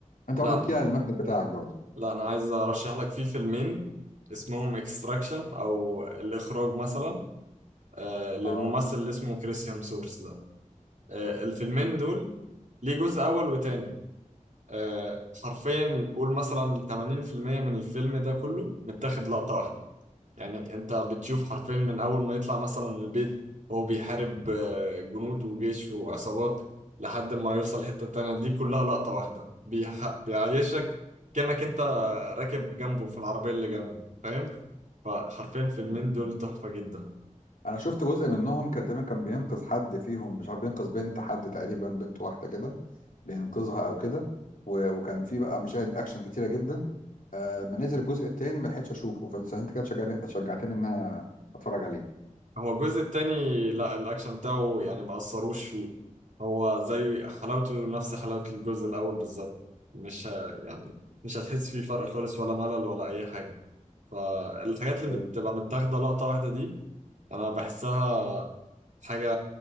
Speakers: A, on the left; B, on the right.
A: أنت برضه
B: لا
A: احكي لي على المشهد بتاعك برضه
B: لا انا عايز ارشح لك فيه فيلمين اسمهم اكستراكشن او الاخراج مثلا آه للممثل
A: اه
B: اللي اسمه كريس هيمسورث ده آه الفيلمين دول ليه جزء اول وتاني آه حرفيا قول مثلا 80% من الفيلم ده كله متاخد لقطة واحدة يعني انت بتشوف حرفيا من اول ما يطلع مثلا من البيت هو بيحارب آه، جنود وجيش وعصابات لحد ما يوصل حتة تانية دي كلها لقطة واحدة بيح... بيعيشك كأنك انت راكب جنبه في العربية اللي جنبه فاهم فحرفيا الفيلمين
A: ممتاز
B: دول تحفة جدا
A: انا شفت جزء منهم كان تقريبا كان بينقذ حد فيهم مش عارف بينقذ بنت حد تقريبا بنت واحده كده بينقذها او كده و- وكان في بقى مشاهد اكشن كتيره جدا آه، ما نزل الجزء التاني ما لحقتش اشوفه فانت انت كده شجعني- شجعتني ان انا اتفرج عليه
B: هو الجزء التاني لا الأكشن بتاعه يعني ما أثروش فيه هو زي حلاوته نفس حلاوة الجزء الأول بالظبط مش ه... يعني مش هتحس فيه فرق خالص ولا ملل ولا أي حاجة فالحاجات اللي
A: ممتاز.
B: بتبقى متاخدة لقطة واحدة دي أنا بحسها حاجة